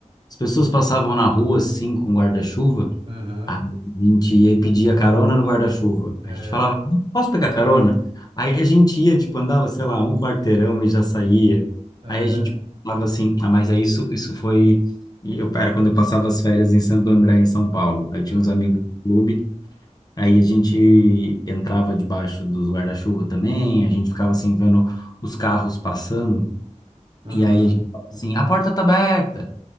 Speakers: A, on the left; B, on the right.
A: As pessoas passavam na rua assim com guarda-chuva,
B: Aham,
A: a gente ia e pedia carona no guarda-chuva.
B: é.
A: A gente falava, posso pegar carona? Aí a gente ia, tipo, andava, sei lá, um quarteirão e já saía.
B: É,
A: Aí a gente falava assim, ah, mas é isso, isso foi. e Eu, era quando eu passava as férias em Santo André, em São Paulo. Aí eu tinha
B: aham,
A: uns amigos do clube, aí a gente entrava debaixo dos guarda-chuva também, a gente ficava assim vendo os carros passando.
B: aham,
A: E aí a gente fala assim, a porta tá aberta.